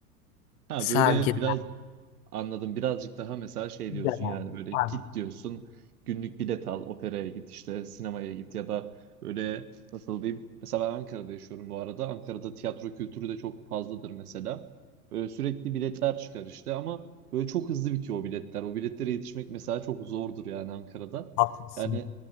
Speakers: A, on the right (about 65°); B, on the left (about 45°).
A: Ha
B: sergiler,
A: böyle biraz anladım birazcık daha mesela şey
B: müzeler.
A: diyorsun yani böyle
B: Aynen,
A: git diyorsun günlük bilet al operaya git işte sinemaya git ya da böyle nasıl diyeyim mesela ben Ankara'da yaşıyorum bu arada Ankara'da tiyatro kültürü de çok fazladır mesela böyle sürekli biletler çıkar işte ama böyle çok hızlı bitiyor o biletler o biletlere yetişmek mesela çok zordur yani Ankara'da
B: haklısın.
A: yani